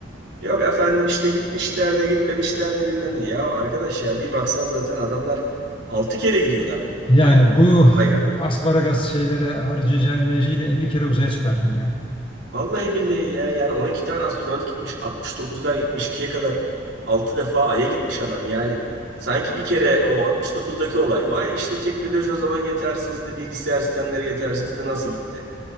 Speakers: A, on the right; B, on the left.
A: Yok efendim işte gitmişler de gitmemişler de bilmem ne. Ya arkadaş ya bir baksan zaten adamlar 6 kere gidiyorlar
B: Yani
A: e,
B: bu
A: Ay'a.
B: asparagas şeylere harcayacağın enerjiyle 50 kere uzaya çıkardın ya.
A: Vallahi billahi ya yani 12 tane astronot gitmiş 69'dan 72'ye kadar 6 defa Ay'a gitmiş adam yani. Sanki bir kere o altmış dokuzdaki olay. Vay işte teknoloji o zaman yetersizdi, bilgisayar sistemleri yetersizdi nasıl gitti?